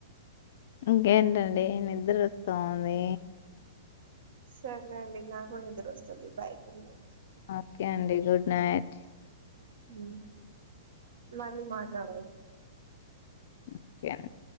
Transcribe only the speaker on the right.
సర్లే అండి నాకు నిద్ర వస్తాది బై గుడ్ నైట్
మ్మ్ మళ్ళీ మాట్లాడదాం